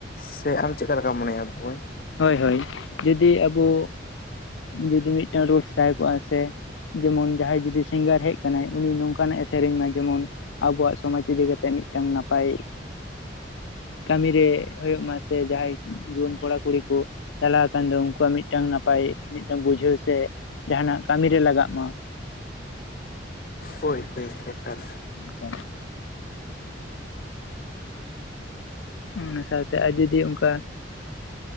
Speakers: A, on the left; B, on the left.
A: ᱥᱮ ᱟᱢ ᱪᱮᱫ ᱞᱮᱠᱟᱢ ᱢᱚᱱᱮᱭᱟ ᱾ ᱵᱚᱠᱚᱧ?
B: ᱦᱳᱭ ᱦᱳᱭ ᱡᱩᱫᱤ ᱟᱵᱚ ᱡᱩᱫᱤ ᱢᱤᱫᱴᱟᱝ ᱨᱩᱞᱥ ᱛᱟᱦᱮᱸ ᱠᱚᱜᱼᱟ ᱥᱮ ᱡᱮᱢᱚᱱ ᱡᱟᱦᱟᱸᱭ ᱡᱩᱫᱤ ᱥᱤᱝᱜᱟᱨ ᱦᱮᱡ ᱟᱠᱟᱱᱟᱭ, ᱩᱱᱤ ᱱᱚᱝᱠᱟᱱᱟᱜᱼᱮ ᱥᱮᱨᱮᱧ ᱢᱟ ᱡᱮᱢᱚᱱ ᱟᱵᱚᱣᱟᱜ ᱥᱚᱢᱟᱡᱽ ᱤᱫᱤ ᱠᱟᱛᱮᱫ ᱢᱤᱫᱴᱟᱝ ᱱᱟᱯᱟᱭ ᱠᱟᱹᱢᱤ ᱨᱮ ᱦᱳᱭᱳᱜ ᱢᱟ ᱥᱮ ᱡᱟᱦᱟᱸᱭ ᱡᱩᱣᱟᱹᱱ ᱠᱚᱲᱟ ᱠᱩᱲᱤ ᱠᱚ ᱪᱟᱞᱟᱣ ᱟᱠᱟᱱ ᱫᱚ ᱩᱱᱠᱩᱣᱟᱜ ᱢᱤᱫᱴᱟᱝ ᱱᱟᱯᱟᱭ ᱢᱤᱫᱴᱟᱝ ᱵᱩᱡᱷᱟᱹᱣ ᱥᱮ ᱡᱟᱦᱱᱟᱜ ᱠᱟᱹᱢᱤᱨᱮ ᱞᱟᱜᱟᱜ ᱢᱟ᱾
A: ᱦᱳᱭ ᱦᱳᱭ <unintelligible>
B: ᱮᱠᱟᱞ ᱚᱱᱟ ᱥᱟᱶᱛᱮ ᱟᱨ ᱡᱩᱫᱤ ᱚᱱᱠᱟ